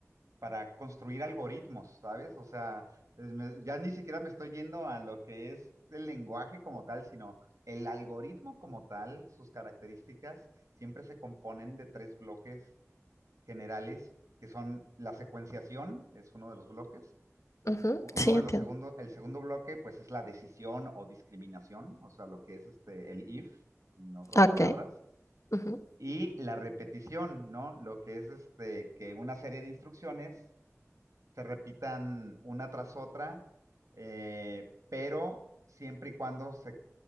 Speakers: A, on the right; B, on the left.
A: para construir algoritmos, ¿sabes? O sea, es- me- ya ni siquiera me estoy yendo a lo que es el lenguaje como tal, sino el algoritmo como tal, sus características siempre se componen de tres bloques generales, que son la secuenciación, es uno de los bloques.
B: Ujú,
A: Uno
B: Sí,
A: de
B: entiendo.
A: los segundos, el segundo bloque, pues es la decisión o discriminación, o sea, lo que es este, el if, en otras palabras.
B: Ok. ujú.
A: Y la repetición, ¿no? Lo que es este, que una serie de instrucciones se repitan una tras otra, eh, pero siempre y cuando se,